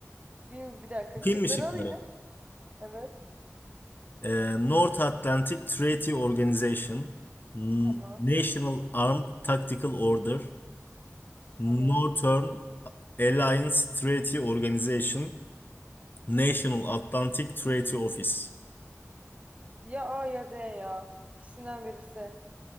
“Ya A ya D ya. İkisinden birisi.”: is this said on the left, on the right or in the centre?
Right